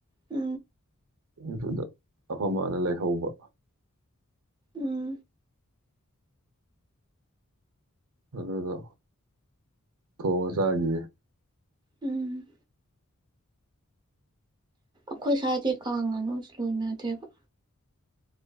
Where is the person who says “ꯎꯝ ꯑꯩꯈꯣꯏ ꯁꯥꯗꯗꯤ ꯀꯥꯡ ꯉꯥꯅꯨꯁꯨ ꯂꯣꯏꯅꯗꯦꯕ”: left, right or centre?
Right